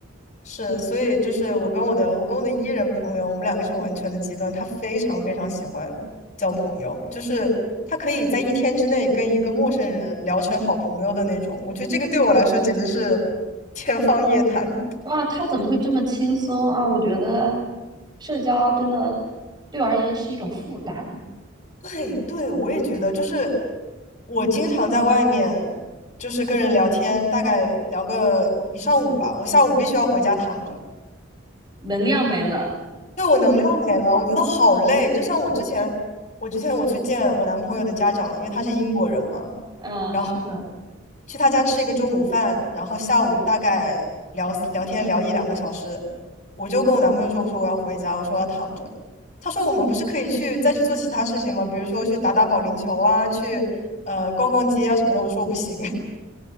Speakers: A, on the left; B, on the right.
A: 是，所以就是我跟我的我跟我的 E 人朋友，我们两个是完全的极端，他非常非常喜欢交朋友，就是他可以在一天之内跟一个陌生人聊成好朋友的那种，我觉得这个对我来说简直是天方夜谭。<laughs>
B: 哇，他怎么会这么轻松啊？我觉得社交真的对我而言是一种负担，
A: 对对，我也觉得，就是我经常在外面，就是跟人聊天，大概聊个一上午吧，我下午必须要回家躺着。
B: 能量没了。
A: 对，我能量没了，我觉得好累。就像我之前，我之前我去见我男朋友的家长，因为他是英国人嘛，
B: 嗯，
A: 然后
B: 是的。
A: 去他家吃一个中午饭，然后下午大概聊聊天聊一两个小时，我就跟我男朋友说，我说我要回家，我说我要躺着。他说我们不是可以去再去做其他事情吗？比如说去打打保龄球啊，去呃逛逛街啊什么的。我说我不行，